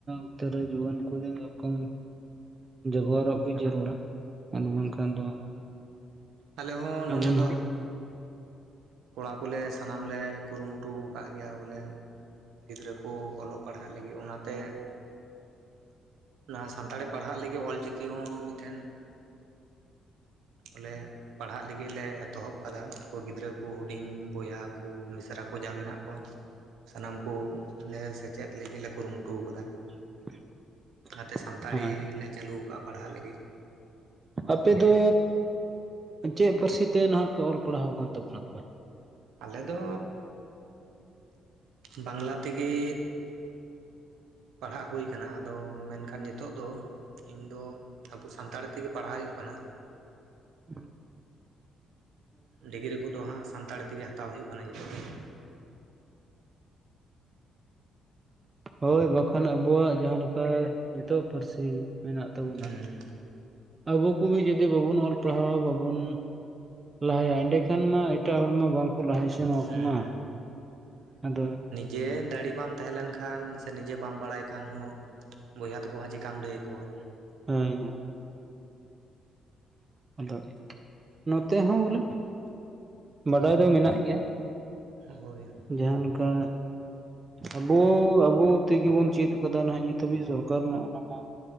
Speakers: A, on the right; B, on the right.
A: ᱩᱛᱟᱹᱨ ᱨᱮ ᱡᱩᱣᱟᱹᱱ ᱠᱚ ᱫᱚ ᱨᱚᱠᱚᱢ ᱡᱚᱜᱚᱣᱟᱨᱚᱜ ᱜᱮ ᱡᱟᱹᱨᱩ ᱲᱟ ᱟᱫᱚ ᱵᱟᱝ ᱠᱷᱟᱱ ᱫᱚ᱾
B: ᱟᱞᱮ ᱦᱚᱸ ᱱᱚᱰᱮ
A: ᱟᱵᱚ ᱱᱟᱦᱟᱜ
B: ᱫᱚ᱾ ᱠᱚᱲᱟ ᱠᱚ ᱞᱮ ᱥᱟᱱᱟᱢ ᱞᱮ ᱠᱩᱨᱩ ᱢᱩᱴᱩ ᱟᱠᱟᱫ ᱜᱮᱭᱟ ᱵᱚᱞᱮ᱾ ᱜᱤᱫᱽᱨᱟᱹ ᱠᱚ ᱚᱞᱚᱜ ᱯᱟᱲ ᱦᱟᱜ ᱞᱟᱹᱜᱤᱫ ᱚᱱᱟ ᱛᱮ ᱞᱟᱦᱟ ᱥᱟᱱᱛᱟᱲᱤ ᱯᱟᱲᱦᱟᱜ ᱞᱟᱹᱜᱤᱫ ᱚᱞᱪᱤᱠᱤ ᱦᱚᱸ ᱢᱤᱫᱴᱮᱱ ᱵᱚᱞᱮ ᱯᱟᱲᱦᱟᱜ ᱞᱟᱹᱜᱤᱫ ᱞᱮ ᱮᱛᱚ ᱦᱚᱵ ᱟᱠᱟᱫᱟ ᱚᱱᱟᱠᱚ ᱜᱤᱫᱽᱨᱟᱹ᱾ ᱩᱱᱠᱩ ᱦᱩᱰᱤᱧ ᱵᱚᱭᱦᱟ ᱠᱚ ᱢᱤᱥᱨᱟ ᱠᱚ ᱡᱟ ᱢᱮᱱᱟᱜ ᱠᱚᱣᱟᱹ ᱾ ᱥᱟᱱᱟᱢ ᱠᱚ ᱱᱮ ᱥᱮᱪᱮᱫ ᱞᱟᱹᱜᱤᱫ ᱞᱮ ᱠᱩᱨᱩᱢᱩᱴᱩ ᱟᱠᱟᱫᱟ᱾
A: <inaudible>
B: ᱚᱱᱟᱛᱮ ᱥᱟᱱᱛᱟᱲᱤ
A: ᱦᱳᱭ
B: ᱞᱮ ᱪᱟᱹᱞᱤ ᱟᱠᱟᱫᱼᱟ ᱯᱟᱲᱦᱟᱜ ᱞᱟᱹᱜᱤᱫ᱾
A: ᱟᱯᱮ ᱫᱚ ᱪᱮᱜ ᱯᱟᱹᱨᱥᱤ ᱛᱮ ᱱᱟᱦᱟᱜ ᱯᱮ ᱚᱞ ᱯᱟᱲᱦᱟᱣ ᱟᱠᱟᱱ ᱛᱟᱵᱚᱱᱟ ᱛᱚᱵᱮ?
B: ᱟᱞᱮ ᱫᱚ ᱵᱟᱝᱞᱟ ᱛᱮᱜᱮ ᱯᱟᱲᱦᱟᱜ ᱦᱩᱭ ᱠᱟᱱᱟ ᱟᱫᱚ ᱢᱮᱱᱠᱷᱟᱱ ᱧᱤᱛᱚᱜ ᱫᱚ ᱤᱧ ᱫᱚ ᱟᱵᱚ ᱥᱟᱱᱛᱟᱲᱤ ᱛᱮᱜᱮ ᱯᱟᱲᱦᱟᱣ ᱦᱩᱭᱩᱜ ᱠᱟᱱᱟ᱾
A: ᱦᱩᱸ
B: ᱰᱤᱜᱽᱨᱤ ᱠᱚᱫᱚ ᱦᱟᱸᱜ ᱥᱟᱱᱛᱟᱲᱤ ᱛᱮᱜᱮ ᱦᱟᱛᱟᱣ ᱦᱩᱭᱩᱜ ᱠᱟᱱᱟ ᱧᱤᱛᱚᱜ ᱫᱚ᱾
A: ᱦᱳᱭ ᱵᱟᱠᱷᱟᱱ ᱟᱵᱚᱣᱟᱜ ᱡᱟᱦᱟᱸ ᱞᱮᱠᱟ ᱧᱤᱛᱚᱜ ᱯᱟᱹᱨᱥᱤ ᱢᱮᱱᱟᱜ ᱛᱟᱵᱚᱱᱟ
B: ᱦᱩᱸ
A: ᱟᱵᱚ ᱠᱚᱜᱮ ᱡᱩᱫᱤ ᱵᱟᱵᱩᱱ ᱚᱞ ᱯᱟᱲᱦᱟ ᱵᱟᱵᱩᱱ ᱞᱟᱦᱟᱭᱟ ᱮᱸᱰᱮ ᱠᱷᱟᱱ ᱢᱟ ᱮᱴᱟᱜ ᱦᱚᱲ ᱢᱟ ᱵᱟᱝᱠᱚ ᱞᱟᱦᱟᱭ ᱥᱮ ᱱᱚᱣᱟ ᱠᱚ
B: ᱦᱩᱸ
A: ᱢᱟ ᱟᱫᱚ
B: ᱡᱮ ᱫᱟᱲᱮ ᱵᱟᱢ ᱛᱟᱦᱮᱸ ᱞᱮᱱ ᱠᱷᱟᱱ ᱥᱮ ᱱᱤᱡᱮ ᱵᱟᱢ ᱵᱟᱲᱟᱭ ᱠᱷᱟᱱ ᱦᱚᱸ ᱵᱚᱭᱦᱟ ᱛᱟᱠᱚ ᱦᱚᱸ ᱪᱤᱠᱟᱢ ᱞᱟᱹᱭ ᱟᱠᱚᱣᱟ᱾
A: ᱦᱳᱭ ᱟᱫᱚ ᱱᱚ ᱛᱮ ᱦᱚᱸ ᱵᱚᱞᱮ ᱵᱟᱰᱟᱭ ᱫᱚ ᱢᱮᱱᱟᱜ ᱜᱮᱭᱟ᱾
B: ᱦᱳᱭ
A: ᱡᱟᱦᱟᱸ ᱞᱮᱠᱟ ᱟᱵᱚ ᱟᱵᱚ ᱛᱮᱜᱮ ᱵᱚᱱ ᱪᱮᱫ ᱠᱟᱫᱟ ᱱᱟᱦᱟᱜ ᱱᱤᱛ ᱦᱟᱹᱵᱤᱡ ᱥᱚᱨᱠᱟᱨ ᱢᱟ ᱚᱱᱟᱢᱟ